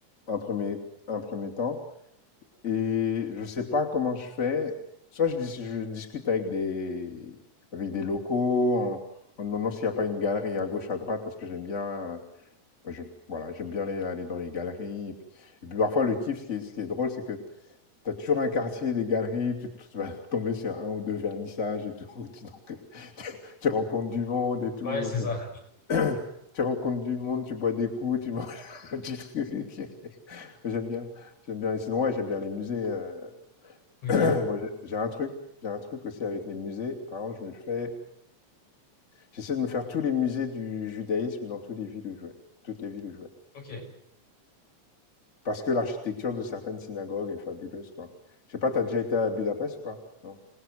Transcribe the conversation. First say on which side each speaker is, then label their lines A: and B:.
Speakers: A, on the left; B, on the left.
A: un premier, un premier temps. Et je sais pas comment je fais. Soit je, dis- je discute avec des, avec des locaux en, en demandant s'il n'y a pas une galerie à gauche, à droite, parce que j'aime bien. Moi, j'aime- voilà, j'aime bien aller, aller dans les galeries. Et puis, et puis parfois, le kiff, ce qui est, ce qui est drôle, c'est que tu as toujours un quartier des galeries, tu, tu vas <laughs> tomber sur un ou deux vernissages et tout. <laughs> Donc, euh, tu, tu rencontres du monde et tout.
B: Ouais, c'est
A: C'est,
B: ça.
A: <clears throat> tu rencontres du monde, tu bois des coups, tu manges <laughs> un petit truc. <laughs> J'aime bien. J'aime bien. Et sinon, ouais, j'aime bien les musées. euh.
B: Ok.
A: <clears throat> Bon, j'ai j'ai un truc, j'ai un truc aussi avec les musées. Par exemple, je me fais, j'essaie de me faire tous les musées du judaïsme dans toutes les villes où je vais. Toutes les villes où je vais.
B: Ok.
A: Parce que l'architecture de certaines synagogues est fabuleuse, quoi. Je sais pas, t'as déjà été à Budapest ou pas? Non.